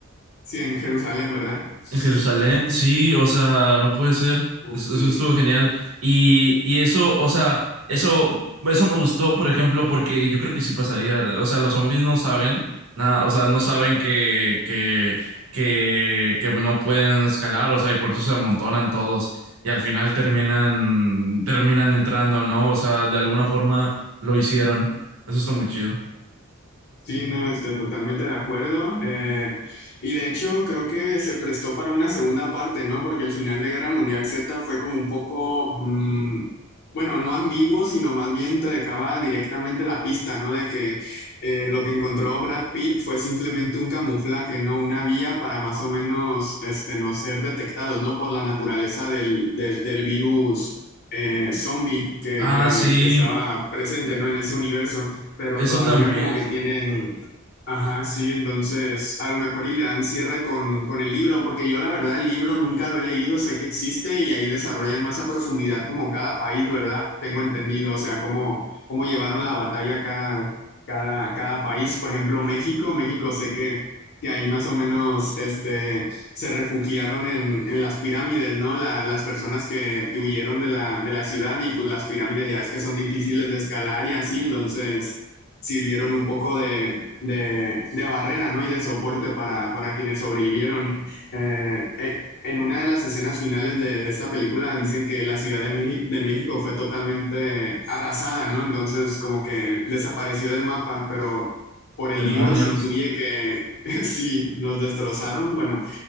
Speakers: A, on the left; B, on the right.
A: Sí, en Jerusalén, ¿verdad? <laughs>
B: en Jerusalén, sí, o sea, no puede ser.
A: Uf,
B: Eso,
A: sí,
B: eso estuvo genial. Y, y eso, o sea, eso, eso me gustó, por ejemplo, porque yo creo que sí pasaría. O sea, los zombies no saben nada, o sea, no saben que, que, que, que no pueden escalar, o sea, y por eso se amontonan todos. Y al final terminan, terminan entrando, ¿no? O sea, de alguna forma lo hicieron. Eso está muy chido.
A: Sí, no, estoy totalmente de acuerdo. Eh, y de hecho, creo que se prestó para una segunda parte, ¿no? Porque el final de Guerra Mundial Z fue como un poco, mm, bueno, no ambiguo, sino más bien te dejaba directamente la pista, ¿no? De que eh, lo que encontró Brad Pitt fue simplemente un camuflaje, ¿no? Una vía para más o menos, este, no ser detectados, ¿no? Por la naturaleza del, del, del virus. eh, zombie que,
B: Ah,
A: que
B: sí,
A: que estaba presente, ¿no? En ese universo pero
B: eso
A: todavía
B: también.
A: como que tienen, ajá, sí, entonces a lo mejor y le dan cierre con, con el libro, porque yo la verdad el libro nunca lo he leído, sé que existe y ahí desarrollan más a profundidad como cada país, ¿verdad? Tengo entendido, o sea, cómo, cómo llevaron la batalla cada, cada, cada país, por ejemplo, México, México sé que... que ahí más o menos este, se refugiaron en, en las pirámides, ¿no? La- las personas que, que huyeron de la, de la ciudad y pues las pirámides ya es que son difíciles de escalar y así, entonces sirvieron un poco de, de- de barrera, ¿no? Y de soporte para, para quienes sobrevivieron. Eh, eh, en una de las escenas finales de, de esta película dicen que la Ciudad de, Meji- de México fue totalmente arrasada, ¿no? Entonces como que desapareció del mapa, pero por el
B: Demonios.
A: libro se intuye que <laughs> sí, nos destrozaron. Bueno,